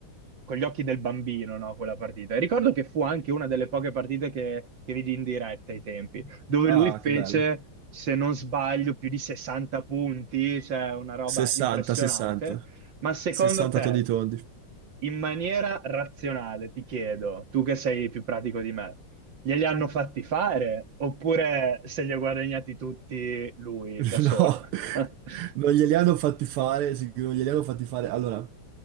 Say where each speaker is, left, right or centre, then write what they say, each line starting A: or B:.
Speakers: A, on the right; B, on the right.
A: con gli occhi del bambino, no, quella partita. E ricordo che fu anche una delle poche partite che, che vidi in diretta ai tempi, dove
B: Ah,
A: lui fece,
B: che bello.
A: se non sbaglio, più di 60 punti, cioè una roba
B: 60,
A: impressionante.
B: 60.
A: Ma secondo
B: 60
A: te,
B: toddy toddy.
A: in maniera razionale, ti chiedo, tu che sei più pratico di me, glieli hanno fatti fare oppure se li ha guadagnati tutti lui
B: <laughs>
A: da solo?
B: No,
A: <laughs>
B: non glieli hanno fatti fare, sicuro, non glieli hanno fatti fare. Allora,